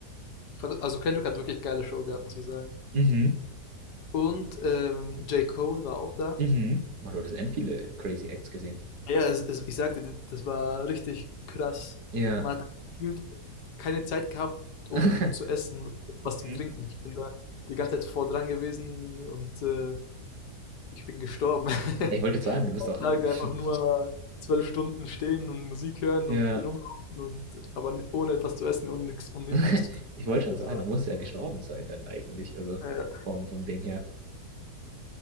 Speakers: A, on the left; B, on the right.
A: ich fand, also Kendrick hat wirklich geile Show gehabt, muss ich sagen.
B: Mhm,
A: Und ähm, J. Cole war auch da.
B: mhm. Man, du hattest end viele crazy Acts gesehen.
A: Ja, es, es, ich sagte, das war richtig krass.
B: Ja.
A: Man hat halt gefühlt keine Zeit gehabt,
B: <laughs>
A: um zu essen,
B: Mhm.
A: was zum Trinken. Ich bin da die ganze Zeit vor dran gewesen und äh, ich bin gestorben. <laughs>
B: Ich wollte jetzt sagen, du bist doch.
A: Tage einfach
B: <laughs>
A: nur zwölf Stunden stehen und Musik hören
B: Ja,
A: und rumlaufen und aber ohne etwas zu essen und nichts und nichts
B: <laughs>
A: zu trinken.
B: ich wollte schon
A: Das
B: sagen,
A: war,
B: du musst ja gestorben sein dann eigentlich, also
A: äh,
B: vom, vom Ding her.